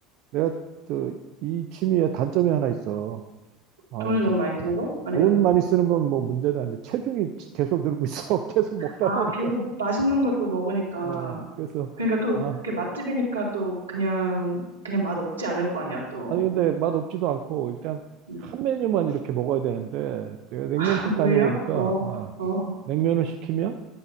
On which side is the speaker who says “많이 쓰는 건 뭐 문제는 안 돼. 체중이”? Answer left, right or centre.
Right